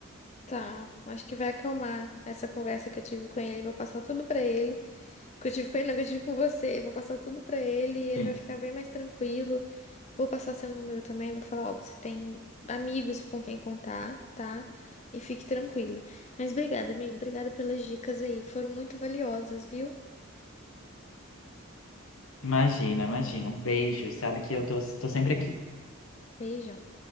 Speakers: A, on the left; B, on the left.
A: Tá, acho que vai acalmar essa conversa que eu tive com ele. Vou passar tudo pra ele. Que eu tive com ele, não, que eu tive com você. Eu vou passar tudo pra ele, ele
B: Sim.
A: vai ficar bem mais tranquilo. Vou passar seu número também, vou falar, ó, você tem amigos com quem contar, tá? E fique tranquilo. Mas obrigada, amigo, obrigada pelas dicas aí, foram muito valiosas, viu?
B: Imagina, imagina. Um beijo, sabe que eu tô, tô sempre aqui.
A: Beijão.